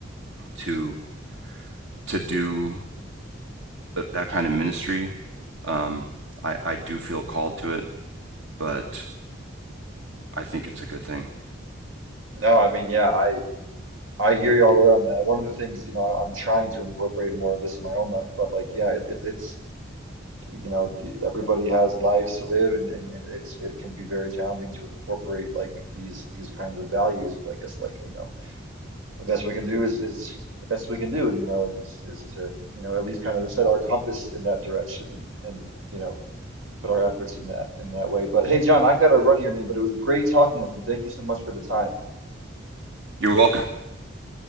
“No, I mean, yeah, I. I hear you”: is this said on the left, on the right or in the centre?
Right